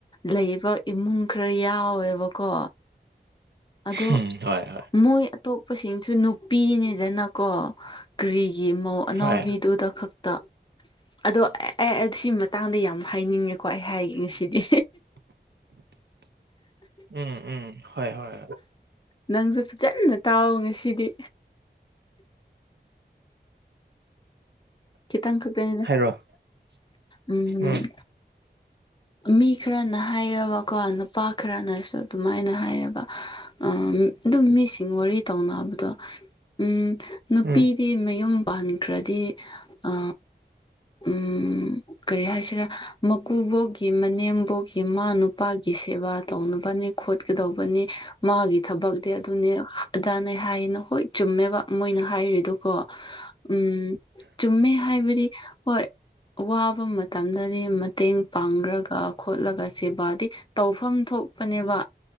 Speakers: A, on the left (about 25°); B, on the right (about 80°).
A: ꯂꯩꯕ ꯏꯃꯨꯡ ꯈꯔ ꯌꯥꯎꯋꯦꯕꯀꯣ ꯑꯗꯣ
B: ꯎꯝ ꯍꯣꯏ ꯍꯣꯏ
A: ꯃꯣꯏ ꯑꯇꯣꯞꯄꯁꯤꯡꯁꯨ ꯅꯨꯄꯤꯅꯤꯗꯅꯀꯣ ꯀꯔꯤꯒꯤ ꯃꯧ ꯑꯅꯧꯕꯤꯗꯨꯗ
B: ꯍꯣꯏ
A: ꯈꯛ ꯇꯥ ꯑꯗꯣ ꯑꯦ ꯁꯤ ꯃꯇꯥꯡꯗ ꯌꯥꯝ ꯍꯥꯏꯅꯤꯡꯉꯦꯀꯣ ꯑꯩ ꯍꯥꯏꯒꯦ ꯉꯁꯤꯗꯤ
B: ꯎꯝ ꯎꯝ ꯍꯣꯏ ꯍꯣꯏ
A: ꯅꯪꯁꯨ ꯐꯖꯅ ꯇꯥꯑꯣ ꯉꯁꯤꯗꯤ ꯈꯤꯇꯪ ꯈꯛꯇꯅꯤ
B: <inaudible>
A: ꯎꯝꯝ
B: ꯎꯝ
A: ꯃꯤ ꯈꯔꯅ ꯍꯥꯏꯌꯦꯕꯀꯣ ꯅꯨꯄꯥ ꯈꯔꯅꯁꯨ ꯑꯗꯨꯃꯥꯏꯅ ꯍꯥꯏꯌꯦꯕ ꯎꯝ ꯑꯗꯨꯝ ꯃꯤꯁꯤꯡ ꯋꯥꯔꯤ ꯇꯧꯅꯕꯗꯣ ꯎꯝ ꯅꯨꯄꯤꯗꯤ
B: ꯎꯝ
A: ꯃꯌꯨꯝ ꯄꯥꯟ ꯈ꯭ꯔꯗꯤ ꯑ ꯎꯝ ꯀꯔꯤ ꯍꯥꯏꯁꯤꯔꯥ ꯃꯀꯨꯕꯣꯛꯀꯤ ꯃꯅꯦꯝꯕꯣꯛꯒꯤ ꯃꯥ ꯅꯨꯄꯥꯒꯤ ꯁꯦꯕꯥ ꯇꯧꯅꯕꯅꯤ ꯈꯣꯠꯀꯗꯧꯕꯅꯤ ꯃꯥꯒꯤ ꯊꯕꯛꯇꯤ ꯑꯗꯨꯅꯦ ꯑꯗꯥꯅꯦ ꯍꯥꯏꯌꯦꯅ ꯍꯣꯏ ꯆꯨꯝꯃꯦꯕ ꯃꯣꯏꯅ ꯍꯥꯏꯔꯤꯗꯨꯀꯣ
B: <inaudible>
A: ꯎꯝ ꯆꯨꯝꯃꯦ ꯍꯥꯏꯕꯗꯤ ꯍꯣꯏ ꯋꯥꯕ ꯃꯇꯝꯗꯗꯤ ꯃꯇꯦꯡ ꯄꯥꯡ ꯔꯒ ꯈꯣꯠꯂꯒ ꯁꯦꯕꯥꯗꯤ ꯇꯧꯐꯝ ꯊꯣꯛꯄꯅꯦꯕ